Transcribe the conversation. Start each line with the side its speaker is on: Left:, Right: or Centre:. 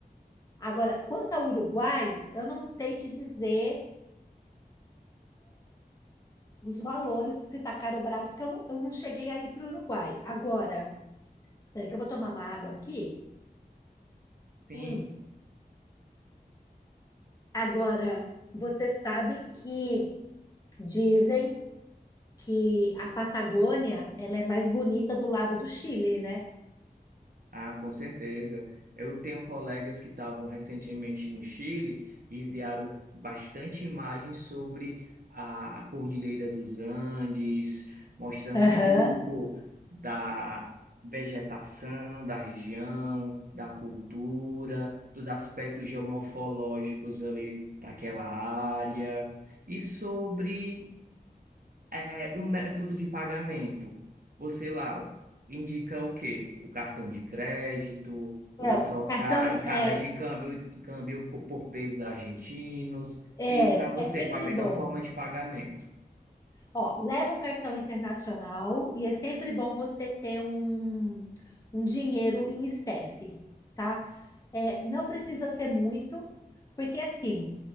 Left: Agora, quanto ao Uruguai, eu não sei te dizer os valores, se tá caro ou barato, porque eu não, eu não cheguei aí para o Uruguai. Agora, Peraí, que eu vou tomar uma água aqui.
Right: sim.
Left: Hum. Agora, você sabe que dizem que a Patagônia ela é mais bonita do lado do Chile, né?
Right: Ah, com certeza. Eu tenho colegas que estavam recentemente no Chile e enviaram bastante imagens sobre a Cordilheira dos Andes, mostrando
Left: Aham.
Right: um pouco da vegetação da região, da cultura, dos aspectos geomorfológicos ali daquela área e sobre é, o método de pagamento. Você lá indica o quê? O cartão de crédito,
Left: Não,
Right: ou trocar
Left: cartão
Right: em
Left: é,
Right: casas de câmbio, câmbio co- por pesos argentinos.
Left: é,
Right: E para você,
Left: é sempre
Right: qual a melhor
Left: bom.
Right: forma de pagamento?
Left: Ó, leva um cartão internacional e é sempre bom você ter um, um dinheiro em espécie, tá? É, não precisa ser muito, porque assim,